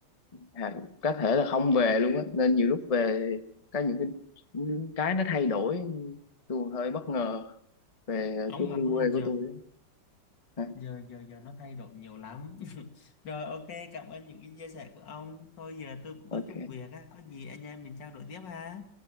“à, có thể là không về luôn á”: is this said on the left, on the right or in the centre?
Left